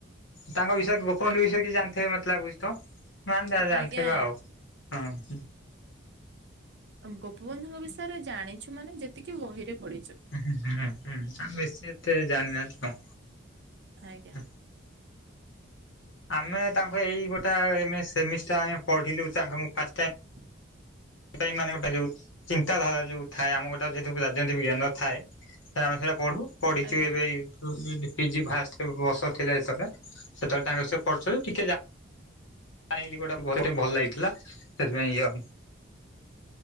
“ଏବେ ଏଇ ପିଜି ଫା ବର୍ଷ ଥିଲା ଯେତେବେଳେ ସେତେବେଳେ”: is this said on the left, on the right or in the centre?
Left